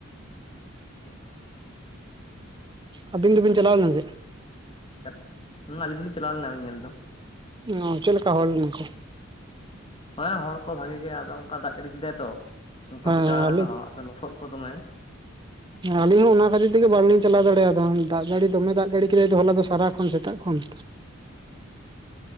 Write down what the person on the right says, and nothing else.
ᱟᱹᱵᱤᱱ ᱫᱚᱵᱤᱱ ᱪᱟᱞᱟᱣ ᱞᱮᱱ ᱥᱮ?
ᱚ ᱪᱮᱫ ᱞᱮᱠᱟ ᱦᱚᱲ ᱞᱮᱱᱟ ᱠᱚ?
ᱦᱮᱸ
ᱟᱹᱞᱤᱧ
ᱟᱞᱤᱧ ᱦᱚᱸ ᱚᱱᱟ ᱠᱷᱟᱹᱛᱤᱨ ᱛᱮᱜᱮ ᱵᱟᱝᱞᱤᱧ ᱪᱟᱞᱟᱣ ᱫᱟᱲᱮᱭᱟᱫᱟ, ᱫᱟᱜ ᱡᱟᱹᱲᱤ ᱫᱚᱢᱮ ᱫᱟᱜ ᱡᱟᱹᱲᱤ ᱠᱮᱫᱟᱭ ᱦᱚᱞᱟ ᱫᱚ ᱥᱟᱨᱟ ᱠᱷᱚᱱ ᱥᱮᱛᱟᱜ ᱠᱷᱚᱱ᱾